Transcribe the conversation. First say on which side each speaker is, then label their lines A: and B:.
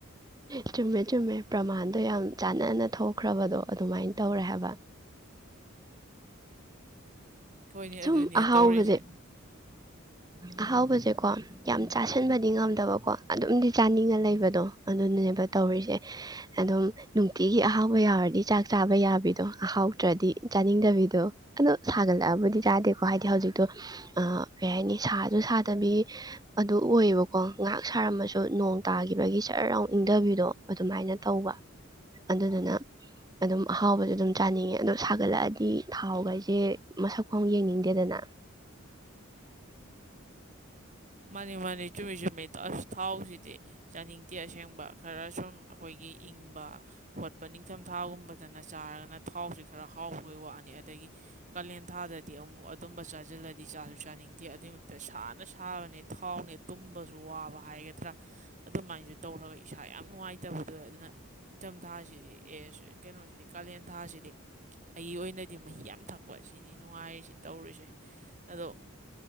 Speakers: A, on the right; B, on the right.
A: ꯑꯦ ꯆꯨꯝꯃꯦ ꯆꯨꯝꯃꯦ ꯄ꯭ꯔꯃꯥꯟꯗꯣ ꯌꯥꯝ ꯆꯥꯅꯅ ꯊꯣꯛꯈ꯭ꯔꯕꯗꯣ ꯑꯗꯨꯃꯥꯏꯅ ꯇꯧꯔꯦ ꯍꯥꯏꯕ
B: ꯍꯣꯏꯅꯦ
A: ꯁꯨꯝ
B: ꯑꯗꯨꯅꯦ
A: ꯑꯍꯥꯎꯕꯁꯦ
B: ꯇꯧꯔꯤꯁꯦ
A: ꯑꯍꯥꯎꯕꯁꯦꯀꯣ ꯌꯥꯝ ꯆꯥꯁꯤꯟꯕꯗꯤ ꯉꯝꯗꯕꯀꯣ ꯑꯗꯨꯝꯗꯤ ꯆꯥꯅꯤꯡꯉ ꯂꯩꯕꯗꯣ ꯑꯗꯨꯅꯅꯦꯕ ꯇꯧꯔꯤꯁꯦ ꯑꯗꯨꯝ ꯅꯨꯡꯇꯤꯒꯤ ꯑꯍꯥꯎꯕ ꯌꯥꯎꯔꯗꯤ ꯆꯥꯛ ꯆꯥꯕ ꯌꯥꯕꯤꯗꯣ ꯑꯍꯥꯎꯇ꯭ꯔꯗꯤ ꯆꯥꯅꯤꯡꯗꯕꯤꯗꯣ ꯑꯗꯨꯗꯣ ꯁꯥꯒꯠꯂꯛꯑꯕꯨꯗꯤ ꯆꯥꯗꯦꯀꯣ ꯍꯥꯏꯗꯤ ꯍꯧꯖꯤꯛꯇꯣ ꯀꯩ ꯍꯥꯏꯅꯤ ꯁꯥꯁꯨ ꯁꯥꯗꯕꯤ ꯑꯗꯨ ꯑꯣꯏꯌꯦꯕꯀꯣ ꯉꯥꯏꯍꯥꯛ ꯁꯥꯔꯝꯃꯁꯨ ꯅꯣꯡ ꯇꯥꯈꯤꯕꯒꯤ ꯖꯔ ꯂꯥꯎ ꯏꯪꯊꯕꯤꯗꯣ ꯑꯗꯨꯃꯥꯏꯅ ꯇꯧꯕ ꯑꯗꯨꯗꯨꯅ ꯑꯗꯨꯝ ꯑꯍꯥꯎꯕꯁꯨ ꯑꯗꯨꯝ ꯆꯥꯅꯤꯡꯉꯦ ꯑꯗꯣ ꯁꯥꯒꯠꯂꯛꯑꯗꯤ ꯊꯥꯎ ꯒꯥꯢꯁꯦ ꯃꯁꯛ ꯐꯥꯎ ꯌꯦꯡꯅꯤꯡꯗꯦꯗꯅ
B: ꯃꯥꯅꯤ ꯃꯥꯅꯤ ꯆꯨꯝꯃꯤ ꯆꯨꯝꯃꯤ ꯑꯁ ꯊꯥꯎꯁꯤꯗꯤ ꯆꯥꯅꯤꯡꯗꯦ ꯑꯁꯦꯡꯕ ꯈꯔ ꯁꯨꯝ ꯑꯩꯈꯣꯏꯒꯤ ꯏꯪꯕ ꯈꯣꯠꯄ ꯅꯤꯡꯊꯝꯊꯥꯒꯨꯝꯕꯗꯅ ꯆꯥꯔꯒꯅ ꯊꯥꯎꯁꯤ ꯈꯔ ꯍꯥꯎꯕꯒꯤ ꯋꯥꯅꯤ ꯑꯗꯒꯤ ꯀꯥꯂꯦꯟ ꯊꯥꯗꯗꯤ ꯑꯃꯨꯛ ꯑꯗꯨꯝꯕ ꯆꯥꯁꯤꯜꯂꯗꯤ ꯆꯥꯁꯨ ꯆꯥꯅꯤꯡꯗꯦ ꯑꯗꯨꯏ ꯃꯛꯇ ꯁꯥꯅ ꯁꯥꯕꯅꯦ ꯊꯥꯎꯅꯦ ꯇꯨꯝꯕꯁꯨ ꯋꯥꯕ ꯍꯥꯏꯒꯗ꯭ꯔꯥ ꯑꯗꯨꯃꯥꯏꯁꯨ ꯇꯧꯔꯒ ꯏꯁꯥ ꯌꯥꯝ ꯅꯨꯡꯉꯥꯏꯇꯕꯗ ꯑꯣꯏ ꯑꯗꯨꯅ ꯅꯤꯡꯊꯝꯊꯥꯁꯤꯗꯤ ꯑꯦ ꯀꯩꯅꯣꯁꯤꯗꯤ ꯀꯥꯂꯦꯟ ꯊꯥꯁꯤꯗꯤ ꯑꯩꯒꯤ ꯑꯣꯏꯅꯗꯤ ꯃꯍꯤ ꯌꯥꯝ ꯊꯛꯄ ꯁꯤꯅꯤ ꯅꯨꯡꯉꯥꯏꯔꯤꯁꯤ ꯇꯧꯔꯤꯁꯦ ꯑꯗꯣ